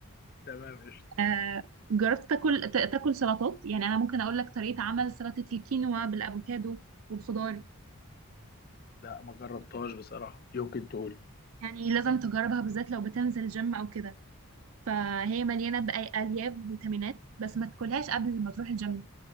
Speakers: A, on the left; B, on the right.
A: تمام قشطه
B: آه، جربت تاكل تا- تاكل سلطات يعني أنا ممكن أقول لك طريقة عمل سلطة الكينوا بالأفوكادو والخضار
A: لا ما جربتهاش بصراحه يمكن تقولي
B: يعني لازم تجربها بالذات لو بتنزل جيم أو كده فهي مليانة بألياف وفيتامينات بس ما تاكلهاش قبل ما تروح الجيم